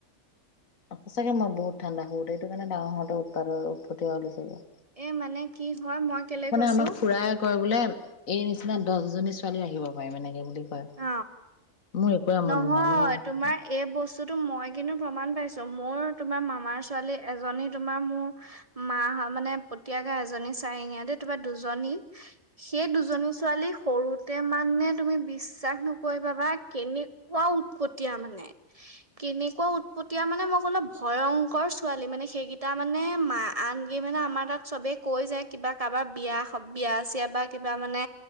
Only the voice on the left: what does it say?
অ সঁচাকে মই বহুত ঠাণ্ডা সৰুতে সেইটো কাৰণে ডাঙৰ হওঁতে উৎপাত উৎপতিয়া হলো ছাগে।
আমাক খুৰাই কয় বোলে এই নিচিনা দছজনী ছোৱালী ৰাখিব পাৰিম এনেকে বুলি। কয়,
মোৰ একোৱে আমনি
নাই মই ইমান
ঠাণ্ডা।